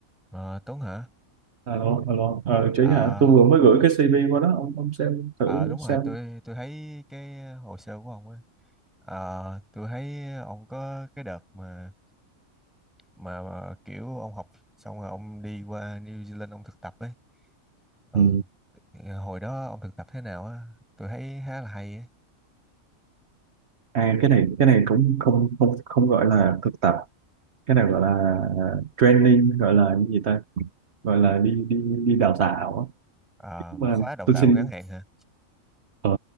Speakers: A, in the centre; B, on the right.
A: Ờ, Tuấn hả?
B: Alo, alo, ờ, Trí
A: Ờ,
B: hả? Tôi vừa mới gửi cái CV qua đó, ông ông xem
A: ờ
B: thử
A: đúng
B: xem.
A: rồi, tôi tôi thấy cái hồ sơ của ông á. Ờ, tôi thấy ông có cái đợt mà, mà mà kiểu ông học xong rồi ông đi qua New Zealand ông thực tập ấy. Ừ,
B: Ừ.
A: hồi đó ông thực tập thế nào á? Tôi thấy khá là hay á.
B: À, cái này cái này cũng không không không gọi là thực tập, cái này gọi là à, training, gọi là cái gì ta? Gọi là đi đi đi đào tạo. á.
A: Ờ, một
B: Mà
A: khóa đào
B: tôi
A: tạo
B: xin
A: ngắn hạn hả?
B: ờ,